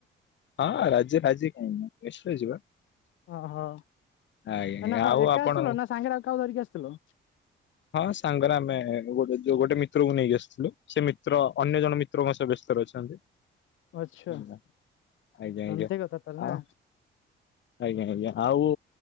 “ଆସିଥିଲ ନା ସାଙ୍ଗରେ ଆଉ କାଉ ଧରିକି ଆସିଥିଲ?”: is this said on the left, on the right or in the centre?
Left